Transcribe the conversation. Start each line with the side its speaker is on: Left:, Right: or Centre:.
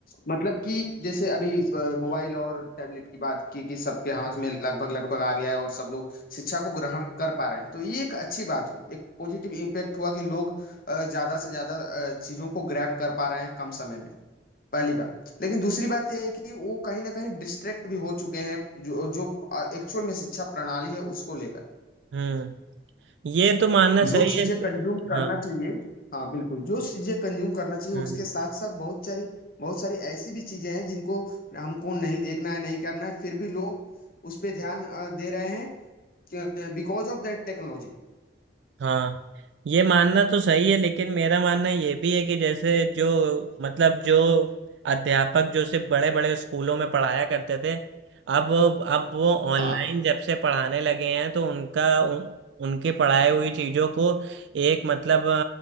Left: मतलब कि जैसे अभी अ, मोबाइल और टैबलेट की बात की कि सबके हाथ में लगभग लगभग आ गया है और सब लोग शिक्षा को ग्रहण कर पा रहे हैं तो ये एक अच्छी बात हुई एक पॉजिटिव इम्पैक्ट हुआ कि लोग अ, ज्यादा से ज्यादा अ, चीजों को ग्रैब कर पा रहे हैं कम समय में पहली बात लेकिन दूसरी बात यह है कि वो कहीं ना कहीं डिस्ट्रैक्ट भी हो चुके हैं जो जो एक्चुअल में शिक्षा प्रणाली है उसको लेकर
Right: हम्म ये तो मानना
Left: जो
Right: सही
Left: चीजें
Right: है ले-
Left: कंज्यूम करना
Right: हाँ
Left: चाहिए हाँ बिल्कुल जो चीजें कंज्यूम करना चाहिए
Right: हाँ
Left: उसके साथ साथ बहुत सारी बहुत सारी ऐसी भी चीजें हैं जिनको हमको नहीं देखना है नहीं करना है फिर भी लोग उस पे ध्यान अ, दे रहे हैं बिकॉज ऑफ दैट टेक्नोलॉजी
Right: हाँ ये मानना तो सही है लेकिन मेरा मानना ये भी है कि जैसे जो मतलब जो अध्यापक जो सिर्फ बड़े बड़े स्कूलों में पढ़ाया करते थे अब अब वो ऑनलाइन
Left: हाँ
Right: जब से पढ़ाने लगे हैं तो उनका उन, उनके पढ़ाई हुई चीज़ों को एक मतलब